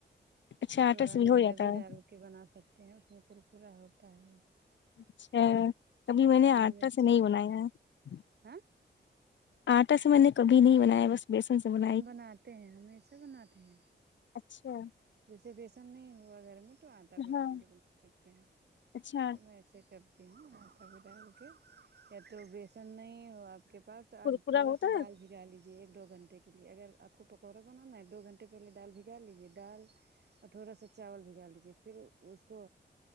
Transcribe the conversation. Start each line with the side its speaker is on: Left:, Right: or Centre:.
Left: اچھا
Right: تھوڑا
Left: آٹا سے
Right: میدا
Left: ہو جاتا
Right: بھی
Left: ہے
Right: ڈال کے بنا سکتے ہیں اس میں کر کرا ہوتا ہے
Left: اچھا کبھی میں
Right: کھانے
Left: نے آٹا
Right: اچھا
Left: سے نہیں
Right: لگتا
Left: بنایا ہے
Right: ہاں
Left: آٹا سے میں نے کبھی نہیں بنایا بس بیسن سے بنا
Right: ہم بناتے ہیں ہمیشہ بناتے ہیں
Left: اچھا
Right: جیسے بیسن نہیں ہوا گھر میں تو آٹا بی
Left: ہاں
Right: ڈال کے بنا سکتے ہیں
Left: اچھا
Right: تو میں ایسے کر تی ہو آٹا بھی ڈال کے یا تو بیسن نہیں ہو آپ کے پاس تو
Left: کرکرا
Right: آپ تھوڑا
Left: ہوتا
Right: سا دال
Left: ہے
Right: بھی بھگا لیجیے ایک دو گھنٹے کے لیے اگر آپ کو پکوڑا بنانا ہے دو گھنٹے پہلے دال بھگا لیجیے دال کٹھورا سا چاول بھگا دیجیے پھر اس کو